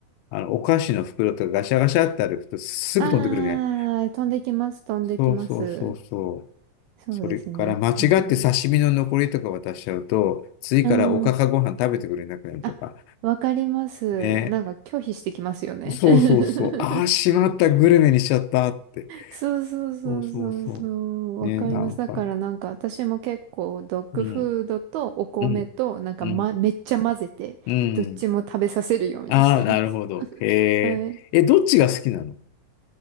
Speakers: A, on the left; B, on the right.
A: あの、お菓子の袋とかガシャガシャって歩くとすぐ飛んでくるね。
B: あー、飛んできます、飛んできます。
A: そうそうそうそう。
B: そうですね、
A: それから間違って刺身の残りとか渡しちゃうと、
B: いつも。
A: 次からおかかご飯食べてくれなくなるとか。
B: うんあ、わかります。
A: ね。
B: なんか拒否してきますよね。
A: そうそうそう。
B: <laughs>
A: ああ、しまった、グルメにしちゃったって。
B: そうそうそうそうそう。
A: そうそうそう。
B: わかります。
A: ね、なんかな。
B: だからなんか私も結構ドッグフードとお米となんか、
A: うん、うん、うん、
B: ま、めっちゃ混ぜてどっちも食べさせるようにしてます。
A: うん。ああ、なるほど。へえ。
B: はい。
A: え、どっちが好きなの